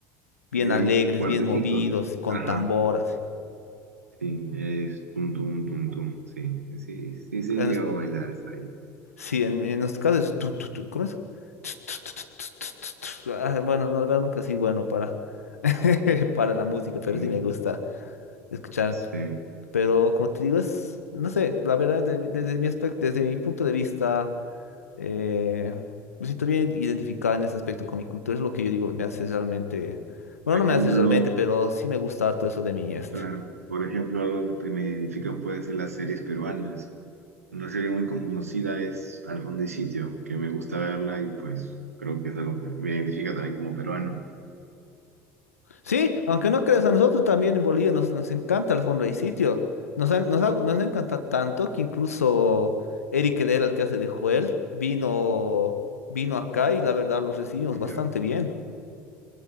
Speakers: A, on the left; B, on the right.
A: bien
B: bien
A: alegres,
B: fuertecitos.
A: bien movidos, con
B: Ajá,
A: tamboras.
B: sí, es tum, tum, tum, tum, sí. Sí, sí, se
A: En,
B: llegó
A: nues-
B: a bailar saya.
A: sí, en, en nuestro caso es tun, tun, tun, ¿cómo es? Ts, ts, ts, ts, ts, ts, ts, ts. Ah, bueno, no, la verdad nunca sí bueno para, <laughs> para la música, pero
B: Mm,
A: sí me gusta escuchar.
B: sí.
A: Pero como te digo, es, no sé, la verdad, de- desde mi aspecto, desde mi punto de vista, eh, me siento bien identificado en ese aspecto con mi cultura. Es lo que yo digo, me hace realmente, bueno,
B: Por ejemplo,
A: no me hace realmente, pero sí me gusta todo eso de mi este.
B: Claro. Por ejemplo, algo que me identifica puede ser las series peruanas. Una serie muy conocida es Al fondo y sitio, que me gusta verla y pues creo que es algo que me identifica también como peruano.
A: Sí, aunque no creas, a nosotros también en Bolivia nos, nos encanta el Fonray sitio. Nos, ha- nos, ha- nos
B: Y,
A: encanta
B: pues,
A: tanto que incluso Eric Helera, el que hace de Joel, vino, vino acá y la verdad los recibimos
B: y
A: bastante
B: yo,
A: bien.